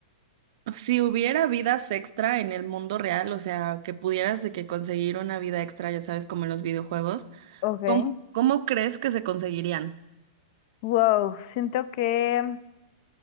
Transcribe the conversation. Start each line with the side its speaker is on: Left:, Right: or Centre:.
Right: Si hubiera vidas extra en el mundo real, o sea, que pudieras de que conseguir una vida extra, ya sabes, como en los videojuegos,
Left: ok.
Right: ¿cómo, cómo crees que se conseguirían?
Left: Wow, siento que